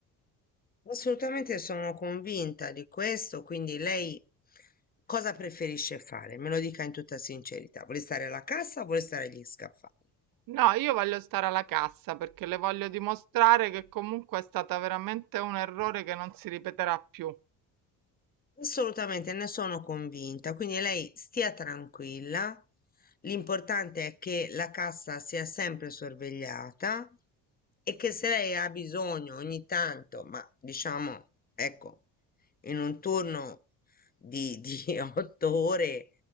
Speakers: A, on the left; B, on the right.
A: assolutamente sono convinta di questo. Quindi lei cosa preferisce fare? Me lo dica in tutta sincerità. Vuole stare alla cassa o vuole stare agli scaffali?
B: No, io voglio stare alla cassa perché le voglio dimostrare che comunque è stata veramente un errore che non si ripeterà più.
A: Assolutamente, ne sono convinta. Quindi lei stia tranquilla. L'importante è che la cassa sia sempre sorvegliata e che se lei ha bisogno ogni tanto, ma diciamo, ecco, in un turno di, di <laughs> otto ore,